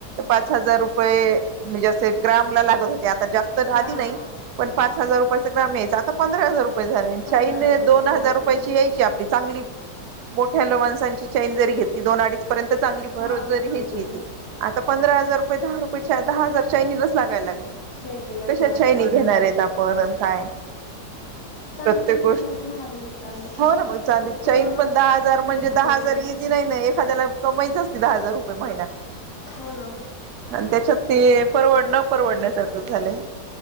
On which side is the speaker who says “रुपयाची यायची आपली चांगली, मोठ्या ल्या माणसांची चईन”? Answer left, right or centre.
Right